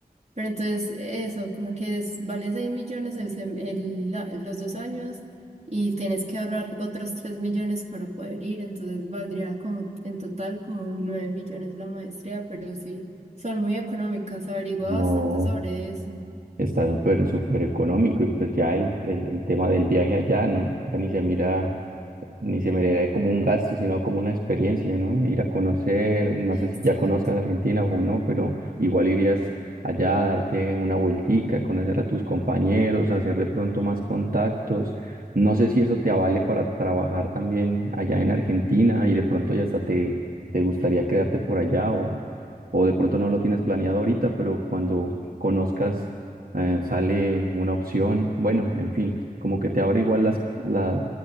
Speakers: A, on the right; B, on the right.
A: Pero entonces eso, como que es- vale 6 millones el sem- el la- los dos años y tienes que ahorrar otros 3 millones para poder ir, entonces valdría como en total como 9 millones la maestría, pero sí, son muy económicas, averigua
B: No.
A: bastante sobre eso.
B: Está súper, súper económico y pues ya el, el, el tema del viaje allá no, ya ni se mira ni se miraría como un gasto, sino como una experiencia, ¿no? Ir a conocer, no
A: Exacto.
B: sé si ya conozcas Argentina o no, pero igual irías allá a darte una vueltica, conocer a tus compañeros, hacer de pronto más contactos. No sé si eso te avale para trabajar también allá en Argentina y de pronto ya hasta te, te gustaría quedarte por allá o, o de pronto no lo tienes planeado ahorita, pero cuando conozcas eh, sale una opción. Bueno, en fin, como que te abre igual las, la